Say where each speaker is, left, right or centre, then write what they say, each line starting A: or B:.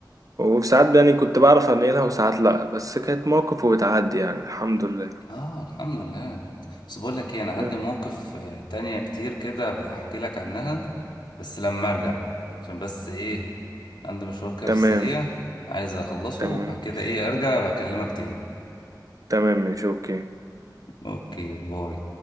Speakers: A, on the right; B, on the left.
A: وساعات يعني كنت بعرف انقلها وساعات لا بس كانت موقف وبتعدي يعني الحمد لله
B: اه الحمد لله بس بقول لك ايه انا
A: يا.
B: عندي مواقف آه، تانية كتير كده بحكي لك عنها بس لما ارجع عشان بس ايه عندي مشوار كده
A: تمام
B: في السريع عايز اخلصه
A: تمام
B: وبعد كده
A: ماشي
B: ايه ارجع بكلمك تاني
A: تمام ماشي اوكي
B: اوكي باي